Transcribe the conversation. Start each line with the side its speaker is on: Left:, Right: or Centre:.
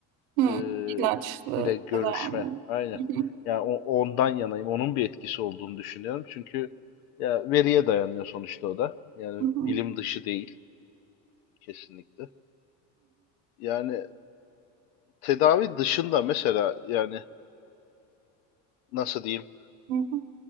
Right: Hı,
Left: eee,
Right: ilaçlı
Left: ile görüşme.
Right: tedavi.
Left: Aynen.
Right: Hı hı,
Left: Ya o- ondan yanayım. Onun bir etkisi olduğunu düşünüyorum. Çünkü ya veriye dayanıyor sonuçta o da. Yani
Right: hı hı,
Left: bilim dışı değil kesinlikle. Yani tedavi dışında mesela yani nasıl diyeyim?
Right: hı hı,